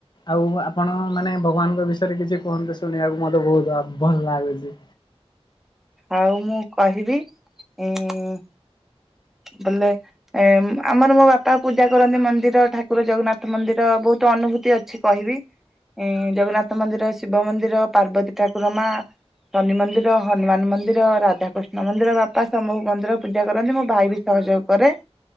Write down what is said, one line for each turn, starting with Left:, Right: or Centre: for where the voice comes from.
Left: ଆଉ ଆପଣ ମାନେ ଭଗବାନଙ୍କ ବିଷୟରେ କିଛି କୁହନ୍ତୁ ଶୁଣିବାକୁ ମତେ ବହୁତ ଭଲ ଲାଗୁଚି।
Centre: ଆଉ ମୁଁ କହିବି ଉଁ ବଲେ ଏ ଆମର ମୋ ବାପା ପୂଜା କରନ୍ତି ମନ୍ଦିର ଠାକୁର ଜଗନ୍ନାଥ ମନ୍ଦିର ବହୁତ ଅନୁଭୂତି ଅ କିଛି କହିବି ଜଗନ୍ନାଥ ମନ୍ଦିର ଶିବ ମନ୍ଦିର ପାର୍ବତୀ ଠାକୁର ମା ଶନି ମନ୍ଦିର ହନୁମାନ ମନ୍ଦିର ରାଧାକୃଷ୍ଣ ମନ୍ଦିର ବାପା ସମୁ ମନ୍ଦିର ପୂଜା କରନ୍ତି ମୁଁ ଭାଇ ବି ସହଯୋଗ କରେ।